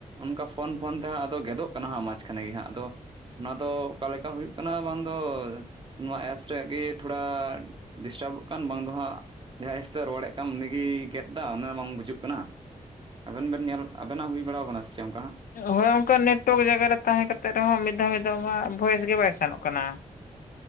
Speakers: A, on the right; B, on the left.
A: ᱚᱝᱠᱟ ᱯᱷᱚᱱ ᱯᱷᱚᱱ ᱛᱮᱦᱟᱸᱜ ᱟᱫᱚ ᱜᱮᱫᱚᱜ ᱠᱟᱱᱟ ᱦᱟᱸᱜ ᱢᱟᱡᱽ ᱠᱷᱟᱱᱮ ᱜᱮ ᱦᱟᱸᱜ ᱟᱫᱚ᱾ ᱚᱱᱟ ᱫᱚ ᱚᱠᱟᱞᱮᱠᱟ ᱦᱩᱭᱩᱜ ᱠᱟᱱᱟ ᱵᱟᱝ ᱫᱚ᱾ ᱱᱚᱣᱟ ᱮᱯᱥ ᱨᱮᱭᱟᱜ ᱜᱮ ᱛᱷᱚᱲᱟ ᱰᱤᱥᱴᱟᱵᱚᱜ ᱠᱟᱱ ᱵᱟᱝ ᱫᱚ ᱦᱟᱸᱜ᱾ ᱡᱟᱦᱟᱸᱭ ᱥᱟᱛᱮ ᱨᱚᱲᱮᱜ ᱠᱟᱱ ᱩᱱᱤᱜᱮᱭ ᱜᱮᱫ ᱫᱟ ᱚᱱᱟ ᱵᱟᱝ ᱵᱩᱡᱩᱜ ᱠᱟᱱᱟ᱾ ᱟᱵᱮᱱ ᱵᱮᱱ ᱧᱮᱞ, ᱟᱵᱮᱱᱟᱜ ᱦᱩᱭ ᱵᱟᱲᱟᱣ ᱠᱟᱱᱟ ᱥᱮ ᱪᱮᱫ ᱚᱝᱠᱟ ᱦᱟᱸᱜ?
B: ᱦᱚᱭ ᱚᱝᱠᱟ ᱱᱮᱴᱣᱟᱨᱠ ᱡᱟᱭᱜᱟ ᱨᱮ ᱛᱟᱦᱮᱸ ᱠᱟᱛᱮ ᱨᱮᱦᱚᱸ ᱢᱤᱫ ᱫᱷᱟᱣ ᱢᱤᱫ ᱫᱷᱟᱣ ᱢᱟ ᱵᱷᱚᱭᱮᱥ ᱜᱮ ᱵᱟᱭ ᱥᱮᱱᱚᱜ ᱠᱟᱱᱟ᱾